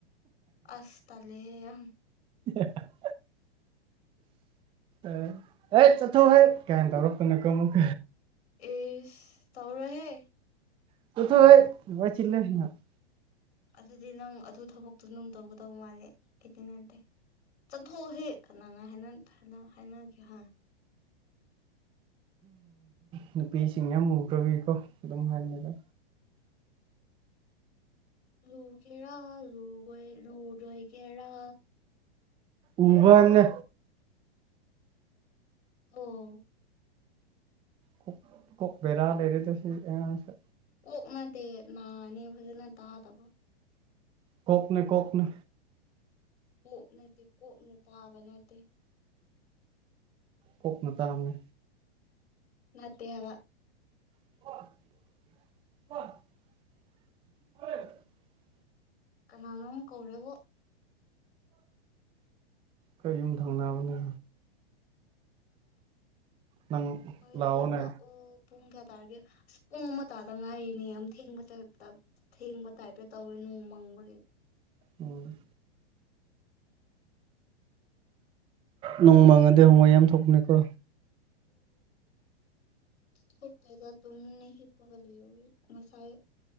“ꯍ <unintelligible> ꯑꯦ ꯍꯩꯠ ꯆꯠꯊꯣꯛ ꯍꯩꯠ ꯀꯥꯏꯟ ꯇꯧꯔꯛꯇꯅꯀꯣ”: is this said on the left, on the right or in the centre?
Right